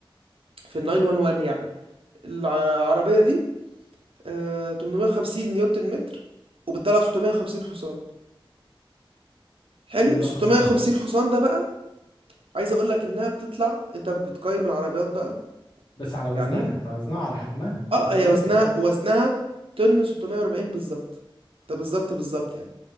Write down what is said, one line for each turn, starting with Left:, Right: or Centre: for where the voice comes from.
Right: في ال 911 يعني العربية دي آه 850 نيوتن متر وبتطلع 650 حصان حلو
Left: إيه الرقم
Right: ال 650
Left: ده
Right: حصان ده بقى عايز اقول لك انها بتطلع انت بتقيم العربيات بقى
Left: بس على وزنها
Right: يعني
Left: على وزنها وعلى حجمها
Right: اه
Left: كل ده
Right: هي
Left: بيفرق
Right: وزنها
Left: برضه
Right: وزنها طن 640 بالظبط ده بالظبط بالظبط يعني